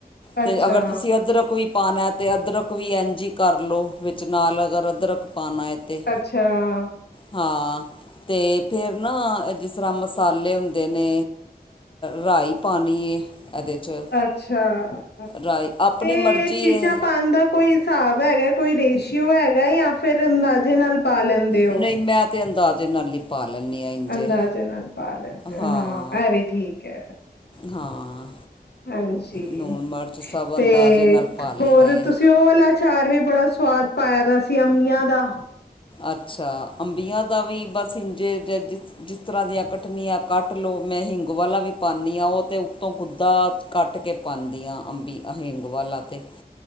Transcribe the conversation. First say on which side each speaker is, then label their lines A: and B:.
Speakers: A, on the left; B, on the left.
A: ਤੇ
B: ਅੱਛਾ,
A: ਅਗਰ ਤੁਸੀਂ ਇੱਧਰ ਕੋਈ ਪਾਉਣਾ ਅਤੇ ਅਦਰਕ ਵੀ ਐਂ ਜੀ ਕਰ ਲਉ ਵਿੱਚ ਨਾਲ ਅਗਰ ਅਦਰਕ ਪਾਉਣਾ ਹੈ ਤੇ
B: ਅੱਛਾ,
A: ਹਾਂ ਤੇ ਫੇਰ ਨਾ ਜਿਸ ਤਰ੍ਹਾਂ ਮਸਾਲੇ ਹੁੰਦੇ ਨੇ ਰਾਈ ਪਾਣੀ ਏ ਇਹਦੇ 'ਚ
B: ਅੱਛਾ
A: ਰਾਈ ਆਪਣੀ
B: ਤੇ
A: ਮਰਜ਼ੀ
B: ਚੀਜ਼ਾਂ
A: ਏ
B: ਪਾਉਣ ਦਾ ਕੋਈ ਹਿਸਾਬ ਹੈਗਾ ਕੋਈ ਰੇਸ਼ੀਓ ਹੈਗਾ ਜਾਂ ਫਿਰ ਅੰਦਾਜ਼ੇ ਨਾਲ ਪਾ ਲੈਂਦੇ ਓ?
A: ਨਹੀਂ ਮੈਂ ਤੇ ਅੰਦਾਜ਼ੇ ਨਾਲ ਹੀ ਪਾ ਲੈਂਦੀ ਹ ਇੰਝੇ
B: ਅੰਦਾਜ਼ੇ ਨਾਲ ਪਾ ਲੈਂਦੇ ਓ,
A: ਹਾਂ
B: ਇਹ ਵੀ ਠੀਕ ਹੈ
A: ਹਾਂ
B: ਹਾਂਜੀ
A: ਲੂਣ ਮਿਰਚ ਸਭ
B: ਤੇ
A: ਅੰਦਾਜ਼ੇ ਨਾਲ ਪਾ ਲਈਦਾ
B: ਹੋਰ
A: ਏ
B: ਤੁਸੀਂ ਉਹ ਵਾਲਾ ਅਚਾਰ ਵੀ ਬੜਾ ਸਵਾਦ ਪਾਇਆ ਦਾ ਸੀ ਅੰਮੀਆਂ ਦਾ
A: ਅੱਛਾ ਅੰਬੀਆਂ ਦਾ ਵੀ ਬਸ ਇੰਝੇ ਜ ਜਿਸ ਜਿਸ ਤਰ੍ਹਾਂ ਦੀਆਂ ਕੱਟਨੀਆਂ ਕੱਟ ਲਓ ਮੈਂ ਹਿੰਗ ਵਾਲਾ ਵੀ ਪਾਉਂਦੀ ਹ ਉਹ ਤੇ ਉੱਤੋਂ ਗੁੱਦਾ ਕੱਟ ਕੇ ਪਾਉਂਦੀ ਆ ਅੰਬੀ ਅਹਿੰਗ ਵਾਲਾ ਤੇ